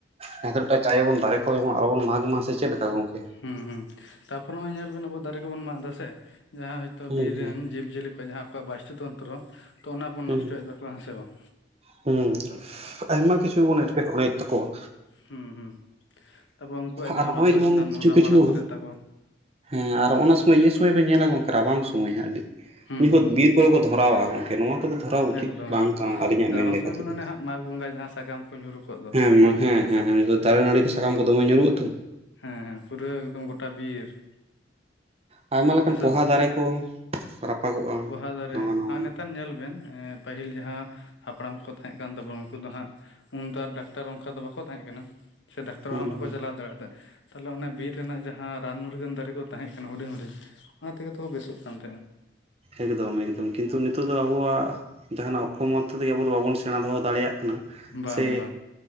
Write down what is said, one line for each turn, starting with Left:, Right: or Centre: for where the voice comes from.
Right: ᱡᱟᱦᱟᱸ ᱴᱟᱜ ᱪᱟᱭᱟᱵᱚᱱ ᱫᱟᱨᱮ ᱠᱚ ᱡᱮᱚᱱ ᱟᱞᱚᱵᱚᱱ ᱢᱟᱜᱽ ᱢᱟ ᱥᱮ ᱪᱮᱫ ᱞᱮᱠᱟ ᱜᱚᱝᱠᱮ?
Left: ᱦᱩᱸ ᱦᱩᱸ ᱛᱟᱯᱚᱨ ᱱᱚᱜ-ᱚᱭ ᱧᱮᱞᱵᱤᱱ ᱟᱵᱚ ᱫᱟᱨᱮ ᱠᱚᱵᱚᱱ ᱢᱟᱜ ᱫᱟ ᱥᱮ ᱡᱟᱦᱟᱸ ᱦᱳᱭᱛᱚ
Right: ᱦᱩᱸ
Left: ᱵᱤᱨ
Right: ᱦᱩᱸ
Left: ᱨᱮᱱ ᱡᱤᱵ ᱡᱤᱭᱟᱹᱞᱤ ᱠᱚ ᱡᱟᱦᱟᱸ ᱟᱠᱚᱣᱟᱜ ᱵᱟᱥᱛᱩ ᱛᱚᱱᱛᱨᱚ ᱛᱚ ᱚᱱᱟ ᱵᱚᱱ
Right: ᱦᱩᱸ
Left: ᱱᱚᱥᱴᱚᱭᱮᱫ ᱛᱟᱠᱩᱣᱟ ᱦᱮᱸ ᱥᱮ ᱵᱟᱝ?
Right: ᱦᱩᱸ ᱟᱭᱢᱟ ᱠᱤᱪᱷᱩ ᱵᱚᱱ ᱮᱸᱴᱠᱮᱴᱚᱬᱮᱭᱮᱫ ᱛᱟᱠᱚᱣᱟ᱾
Left: ᱦᱩᱸ ᱦᱩᱸ ᱛᱟᱯᱚᱨ ᱩᱱᱠᱩᱣᱟᱜ ᱡᱟᱦᱟᱸ
Right: ᱟᱨ ᱱᱚᱜᱼᱚᱭ
Left: ᱵᱟᱥᱚᱥᱛᱷᱟᱱ
Right: ᱡᱮᱢᱚᱱ ᱠᱤᱪᱷᱩ
Left: ᱚᱱᱟ
Right: ᱠᱤᱪᱷᱩ
Left: ᱵᱚᱱ ᱨᱟᱹᱯᱩᱫᱮᱫ ᱛᱟᱠᱚᱣᱟ᱾
Right: ᱦᱮᱸ ᱟᱨ ᱚᱱᱟ ᱥᱚᱢᱚᱭ ᱤᱭᱟᱹ ᱥᱚᱢᱚᱭ ᱵᱮᱱ ᱧᱮᱞᱟ ᱜᱚᱝᱠᱮ ᱨᱟᱵᱟᱝ ᱥᱩᱢᱚᱭ ᱦᱟᱜ ᱟᱹᱰᱤ
Left: ᱦᱩᱸ ᱦᱩᱸ
Right: ᱵᱤᱨ ᱠᱚᱭ ᱠᱚ ᱫᱷᱚᱨᱟᱣᱟ ᱜᱚᱝᱠᱮ ᱱᱚᱣᱟ ᱠᱚᱫᱚ ᱫᱷᱚᱨᱟᱣ ᱩᱪᱤᱛ
Left: ᱮᱠᱫᱚᱢ
Right: ᱵᱟᱝ
Left: ᱮᱠᱫᱚᱢ
Right: ᱠᱟᱱᱟ, ᱟᱞᱤ ᱧᱟ ᱢᱮᱱ
Left: ᱨᱟᱵᱟᱝ
Right: ᱞᱮᱠᱟᱛᱮ
Left: ᱥᱚᱢᱚᱭ ᱢᱟᱱᱮ
Right: ᱫᱚ
Left: ᱚᱱᱮ ᱦᱟᱸᱜ ᱢᱟᱜᱽ ᱵᱚᱸᱜᱟ ᱡᱟᱦᱟᱸ ᱥᱟᱠᱟᱢ ᱠᱚ ᱧᱩᱨᱩ ᱠᱚᱜ ᱫᱚ
Right: ᱦᱮᱸ ᱦᱮᱸ ᱦᱮᱸᱱ
Left: ᱥᱮ ᱵᱟᱝ
Right: ᱫᱟᱨᱮ ᱱᱟᱲᱤ ᱥᱟᱠᱟᱢ ᱠᱚ ᱫᱚ ᱫᱚᱢᱮ ᱧᱩᱨᱩᱜ-ᱟ ᱛᱚ,
Left: ᱦᱮᱸ ᱦᱮᱸ ᱯᱩᱨᱟᱹ ᱮᱠᱫᱚᱢ ᱜᱚᱴᱟ ᱵᱤᱨ,
Right: ᱟᱭᱢᱟ ᱞᱮᱠᱟᱱ
Left: ᱦᱮᱸ
Right: ᱯᱚᱦᱟ
Left: ᱥᱮ ᱵᱟᱝ
Right: ᱫᱟᱨᱮ ᱠᱚ ᱨᱟᱯᱟᱜᱚᱜᱼᱟ
Left: ᱯᱳᱦᱟ ᱫᱟᱨᱮ
Right: ᱱᱟᱣᱟ ᱱᱟᱣᱟᱱᱟᱜ
Left: ᱟ ᱱᱮᱛᱟᱨ ᱧᱮᱞ ᱵᱮᱱ ᱮᱸᱻ ᱯᱟᱹᱦᱤᱞ ᱡᱟᱦᱟᱸ ᱦᱟᱯᱲᱟᱢ ᱠᱚᱠᱚ ᱛᱟᱦᱮᱸᱜ ᱠᱟᱱ ᱛᱟᱵᱚᱱᱟ ᱩᱱᱠᱩ ᱫᱚ ᱦᱟᱸᱜ ᱩᱱ ᱛᱚ ᱟᱨ ᱰᱟᱠᱴᱟᱨ ᱚᱱᱠᱟ ᱫᱚ ᱵᱟᱠᱚ ᱛᱟᱦᱮᱸᱜ ᱠᱟᱱᱟ ᱥᱮ ᱰᱟᱠᱛᱟᱨ ᱚᱲᱟᱜ
Right: ᱦᱩᱸ
Left: ᱦᱚᱸ
Right: ᱦᱩᱸ
Left: ᱵᱟᱠᱚ ᱪᱟᱞᱟᱣ ᱫᱟᱲᱮᱭᱟᱜ ᱛᱟᱦᱮᱸ ᱛᱟᱦᱞᱮ ᱚᱱᱟ ᱵᱤᱨ ᱨᱮᱱᱟᱜ ᱡᱟᱦᱟᱸ ᱨᱟᱱ ᱢᱩᱨᱜᱟᱹᱱ ᱫᱟᱨᱤ ᱠᱩ ᱛᱟᱦᱮᱸᱜ ᱠᱟᱱᱟ ᱦᱩᱰᱤᱧ ᱦᱩᱰᱤᱧ ᱚᱱᱟ ᱛᱮ ᱜᱮ ᱛᱚ ᱠᱚ ᱵᱮᱥᱚᱜ ᱠᱟᱱ ᱛᱟᱦᱮᱸᱜ-ᱟ᱾
Right: ᱮᱠᱫᱚᱢ ᱮᱠᱫᱚᱢ ᱠᱤᱱᱛᱩ ᱱᱤᱛᱳᱜ ᱫᱚ ᱟᱵᱩᱣᱟᱜ ᱡᱟᱦᱟᱱᱟᱜ ᱚᱠᱠᱷᱚᱢᱚᱛ ᱛᱮ ᱜᱮ ᱟᱵᱩ ᱵᱟᱵᱩᱱ ᱥᱮᱬᱟ ᱫᱚᱦᱚ ᱫᱟᱲᱮᱭᱟᱜ ᱠᱟᱱᱟ᱾
Left: ᱵᱟᱝ
Right: ᱥᱮ
Left: ᱵᱟᱝ